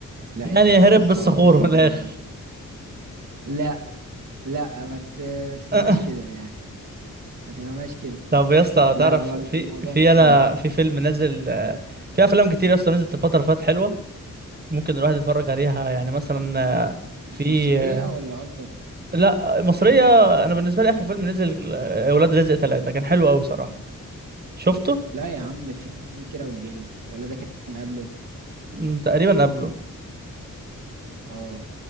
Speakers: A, on the right; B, on the right.
A: لا
B: يعني
A: يعني
B: هرب
A: قصة
B: بالصخور
A: قصة
B: من
A: جامدة
B: الاخر
A: أوي لا لا ما ت- ما تفهمهاش
B: <laughs>
A: كده يعني ما تفهمهاش كده
B: طب يا اسطى
A: لا
B: تعرف
A: هو ال-
B: في
A: الموضوع
B: في
A: مختلف
B: يلا في فيلم نزل آه، في افلام كتير يا اسطى نزلت الفتره اللي فاتت حلوه ممكن الواحد يتفرج عليها يعني مثلا آه،
A: مصرية
B: في آه،
A: ولا قصدك
B: لا مصريه انا بالنسبه لي اخر فيلم نزل آه، ولاد رزق ثلاثة كان حلو قوي صراحه شفته
A: لا يا عم في في كيرة والجن ولا ده كان قبله
B: مم، تقريبا قبله
A: اه